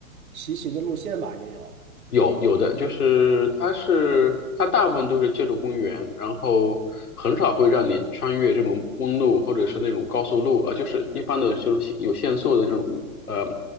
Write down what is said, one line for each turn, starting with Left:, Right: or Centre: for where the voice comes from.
Right: 骑行的路线吧？也有，
Left: 有有的就是它是它大部分都是借助公园，然后很少会让你穿越这种公路或者是那种高速路啊，呃就是一般的就是限有限速的这种五呃，